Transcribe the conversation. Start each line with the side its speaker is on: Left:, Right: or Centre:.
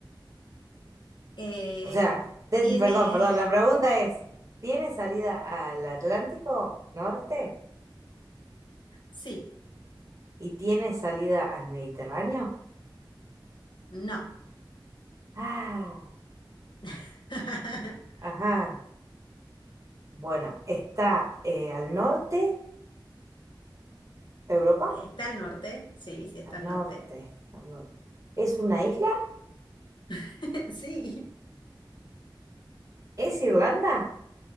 Left: Eh,
Right: O sea, te-
Left: tiene,
Right: perdón, perdón, la pregunta es, ¿tiene salida al Atlántico Norte
Left: <laughs> sí,
Right: y tiene salida al Mediterráneo?
Left: no.
Right: Ah,
Left: <laughs>
Right: ajá. Bueno, está eh, al norte de Europa,
Left: ¿Está al norte? Sí, sí, está
Right: al
Left: al
Right: norte,
Left: norte.
Right: al norte. ¿Es una isla?
Left: <laughs> Sí.
Right: ¿Es Irlanda?